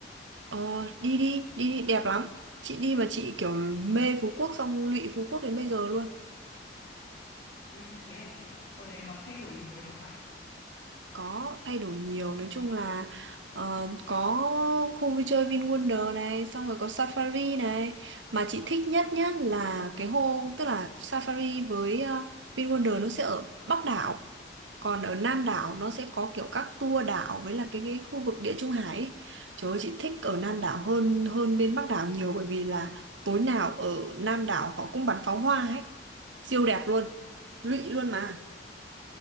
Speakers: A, on the right; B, on the left.
A: Ờ đi đi đi đi đẹp lắm. Chị đi mà chị kiểu mê Phú Quốc xong lụy Phú Quốc đến bây giờ luôn.
B: ui thật thế à chị ở đây có thay đổi gì nhiều không ạ
A: có thay đổi nhiều nói chung là ờ, có khu vui chơi VinWonder này xong rồi có Safari này mà chị thích nhất nhá là cái hôm tức là Safari với ờ, VinWonder nó sẽ ở Bắc đảo còn ở Nam đảo nó sẽ có kiểu các tour đảo với là cái, cái khu vực Địa Trung Hải ấy. Trời ơi chị thích ở Nam đảo hơn hơn bên Bắc đảo nhiều bởi vì là tối nào ở Nam đảo họ cũng bắn pháo hoa ấy siêu đẹp luôn lụy luôn mà